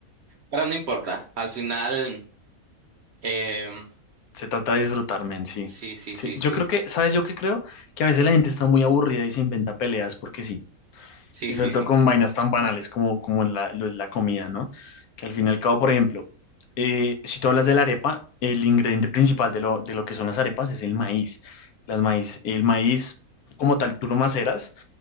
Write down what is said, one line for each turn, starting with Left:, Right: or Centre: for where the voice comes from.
Right: Pero no importa, al final, em,
Left: Se trata de disfrutar, men, sí.
Right: sí, sí,
Left: Sí,
Right: sí,
Left: yo
Right: sí,
Left: creo que, ¿sabes yo qué creo? Que a veces la gente está muy aburrida y se inventa peleas porque sí.
Right: sí,
Left: Y
Right: sí,
Left: sobre todo
Right: sí,
Left: con vainas tan banales como, como la, lo es la comida, ¿no? Que al fin y al cabo, por ejemplo, eh, si tú hablas de la arepa, el ingrediente principal de lo, de lo que son las arepas es el maíz. Las maíz, el maíz, como tal, tú lo maceras